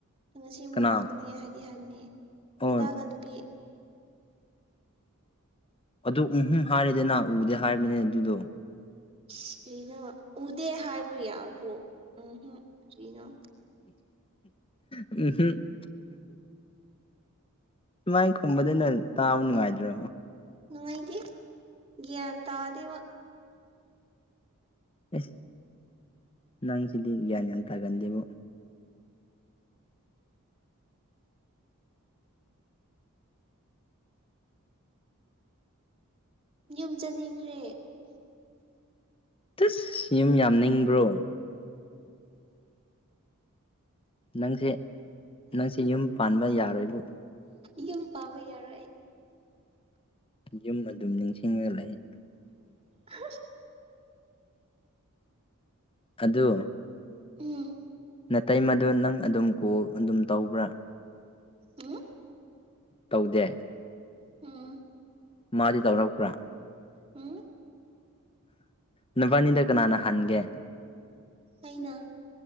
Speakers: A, on the right; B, on the left.
A: ꯉꯁꯤ ꯑꯃꯨꯛ
B: ꯀꯅꯥ
A: ꯂꯥꯛꯀꯅꯤ ꯍꯥꯏ ꯍꯥꯏꯕꯅꯦ
B: ꯑꯣ
A: ꯗꯥꯗꯥꯒ ꯅꯨꯄꯤ
B: ꯑꯗꯨ ꯎꯍꯨꯝ ꯍꯥꯏꯔꯦꯗꯅ ꯎꯗꯦ ꯍꯥꯏꯕꯅꯤꯅꯦ ꯑꯗꯨꯗꯣ
A: ꯀ꯭ꯔꯤꯅꯣ ꯎꯗꯦ ꯍꯥꯏꯕꯨ ꯌꯥꯗ꯭ꯔꯣ ꯎꯍꯨꯝ ꯀ꯭ꯔꯤꯅꯣ
B: ꯎꯍꯨꯝ ꯁꯨꯃꯥꯏ ꯈꯨꯝꯕꯗꯨꯅ ꯇꯥꯕ ꯅꯨꯡꯉꯥꯏꯗ꯭ꯔꯣ
A: ꯅꯨꯡꯉꯥꯏꯇꯦ ꯒ꯭ꯌꯥꯟ ꯇꯥꯗꯦꯕ
B: ꯑꯦꯁ ꯅꯪꯁꯤꯗꯤ ꯒ꯭ꯌꯥꯟ ꯌꯥꯝ ꯊꯥꯒꯟꯗꯦꯕꯨ
A: ꯌꯨꯝ ꯆꯠꯅꯤꯡꯈ꯭ꯔꯦ
B: ꯑꯁ ꯌꯨꯝ ꯌꯥꯝ ꯅꯤꯡꯕ꯭ꯔꯣ ꯅꯪꯁꯦ ꯅꯪꯁꯦ ꯌꯨꯝ ꯄꯥꯟꯕ ꯌꯥꯔꯣꯏꯕꯨ
A: ꯌꯨꯝꯄꯥꯟꯕ ꯌꯥꯔꯣꯏ ꯑꯩ
B: ꯌꯨꯝ ꯑꯗꯨꯝ ꯅꯤꯡꯁꯤꯡꯉꯒ ꯂꯩꯌꯦ
A: <unintelligible>
B: ꯑꯗꯨ
A: ꯎꯝ
B: ꯅꯥꯇꯩꯃꯥꯗ ꯅꯪ ꯑꯗꯨꯝ ꯀꯣꯜ ꯑꯗꯨꯝ ꯇꯧꯕ꯭ꯔꯥ
A: ꯎꯝ
B: ꯇꯧꯗꯦ
A: ꯎꯝ
B: ꯃꯥꯗꯤ ꯇꯧꯔꯛꯄ꯭ꯔꯥ
A: ꯎꯝ
B: ꯅꯣꯏꯕꯅꯤꯗ ꯀꯅꯥꯅ ꯍꯥꯟꯒꯦ
A: ꯑꯩꯅ